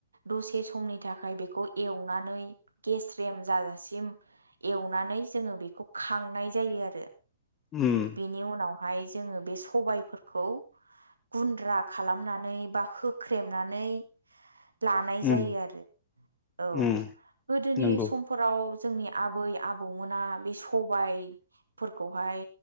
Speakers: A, on the right; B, on the left.
A: दसे समनि थाखाय बेखौ एवनानै गेस्रेम जाजासिम एव नानै जोङो बेखौ खांनाय जायो आरो
B: उम
A: बेनि उनाव। हाय जोङो बे सबायफोरखौ गुन्द्रा खालामनानै बा होख्रेमनानै लानाय
B: उम
A: जायो आरो औ
B: उम
A: गोदोनि
B: नंगौ
A: समफोराव। जोंनि आबै आबौमोना बे सबायफोरखौहाय